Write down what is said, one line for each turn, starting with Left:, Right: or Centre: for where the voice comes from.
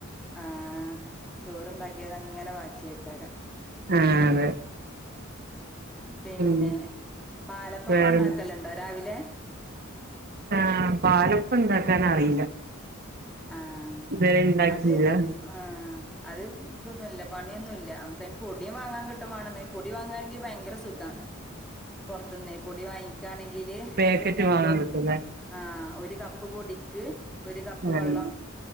Centre: ആഹ് ചോറ്ണ്ടാക്കിയഅതങ്ങനെ ബാക്കിയേക്കാരം
Right: ആഹ് അതെ
Centre: പിന്നെ
Right: ഉം
Centre: പാലപ്പൊക്കെണ്ടാക്കല്ണ്ടോ
Right: വേറെ
Centre: രാവിലെ
Right: ആഹ് പാലപ്പം ണ്ടാക്കാനറീലാ
Centre: ആഹ്
Right: തുവരെണ്ടാക്കീല്ലാ
Centre: അത് ആഹ് അത് തൊന്നും ഇല്ല പണിയൊന്നുംല്ല നമുക്കയ്ന് പൊടി വാങ്ങാൻ കിട്ടുമാണെന്ന് പൊടി വാങ്ങാെനെങ്കി ഭയങ്കര സുഖാണ് പുറ്ത്ത്ന്ന് പൊടി വാങ്ങിക്കാണെങ്കില്
Right: പാക്കറ്റ്
Centre: പിന്നെ മ്മള്
Right: വാങ്ങാൻ കിട്ടുംല്ലേ
Centre: ആഹ് ഒര് കപ്പ് പൊടിക്ക് ഒര് കപ്പ്
Right: ആഹ്
Centre: വെള്ളം